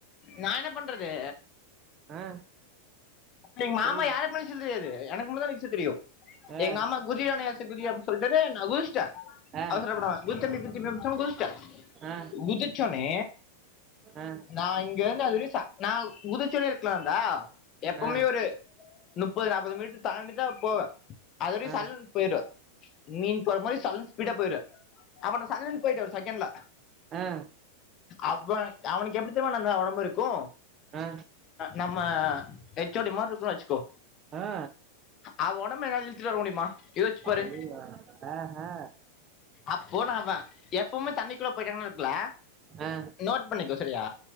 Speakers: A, on the left (about 35°); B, on the right (about 30°).
A: நா என்ன பண்றது
B: ஆ
A: எங்க மாமா
B: போய்
A: யாருக்குமே நீச்சல் தெரியாது எனக்கு மட்டுந்தா நீச்சல் தெரியு
B: ஆ
A: எங்க மாமா குதிரா நியாசு குதி அப்படின்னு சொல்ட்டாரு நா குதிச்சிட்டே
B: ஆ
A: அவசரப்படாம <unintelligible> சுட்டே
B: ஆ
A: குதிச்சோனே
B: ஆ
A: நா இங்க இருந்து அது வர நா குதிச்சோனே இருக்கலாந்தா எப்பவுமே
B: ஆ
A: ஒரு முப்பது நாப்பது மீட்டர் தாண்டிதா போவே அதுவரையு
B: ஆ ஆ
A: சல்லுன்னு போய்டு மீன் போற மாதிரி சல்லுன்னு ஸ்பீடா போய்ருவே அப்ப நா சல்லுன்னு போய்ட்டு செகண்ட்ல
B: ஆ
A: அவ அவனுக்கு எப்படி தெரியுமா ஒடம்பு இருக்கு
B: ஆ
A: நம்ம ஹெச் ஓ டி மாரி இருக்கு வச்சுக்கோ
B: ஆ
A: அவ ஒடம்ப என்னால இழுத்துட்டு வர முடியுமா யோசிச்சு
B: அவ்ளோதா
A: பாரு
B: ஆஹா
A: அப்போ அவ எ ப்பமே தண்ணிக்குள்ள போயிட்ட இருக்கல
B: ஆ
A: நோட் பண்ணிக்கோ சரியா